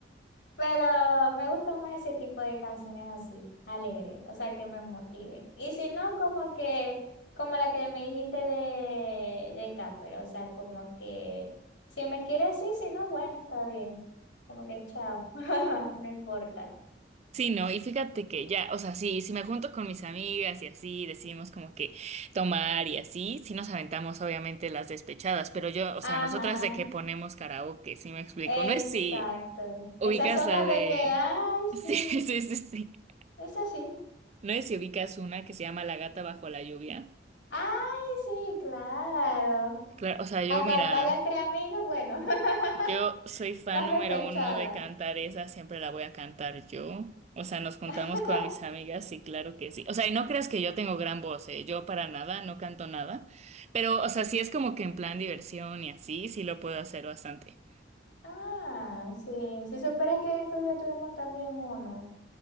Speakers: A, on the left (about 75°); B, on the right (about 35°).
A: pero me gusta más ese tipo de canciones así, alegres, o sea, que me motive. Y si no, como que, como la que me dijiste de, de Capper, o sea, como que, si me quieres sí, si no, bueno, está bien. Como que chao, <laughs> no importa.
B: Sí, no, y fíjate que ya, o sea, sí, si me junto con mis amigas y así, decidimos como que tomar y así, sí nos aventamos obviamente las despechadas, pero yo, o
A: Ajá.
B: sea, nosotras de que ponemos karaoke, sí me explico,
A: Exacto.
B: no es si ubicas
A: Esas son
B: la
A: las
B: de...
A: de que, ay,
B: <laughs> Sí,
A: sí,
B: sí, sí, sí,
A: es así.
B: no es si ubicas una que se llama La gata bajo la lluvia,
A: Ay, sí, claro.
B: claro, o sea, yo
A: A cantarla
B: mira...
A: entre amigos, bueno, <laughs>
B: Yo soy fan
A: las
B: número
A: despechadas.
B: uno de cantar esa, siempre la voy a cantar yo. O sea, nos juntamos
A: <laughs>
B: con mis amigas y claro que sí. O sea, y no creas que yo tengo gran voz, ¿eh? Yo para nada, no canto nada. Pero, o sea, sí es como que en plan diversión y así, sí lo puedo hacer bastante.
A: Ah, sí. Si supieras que en estos días tuvimos también uno.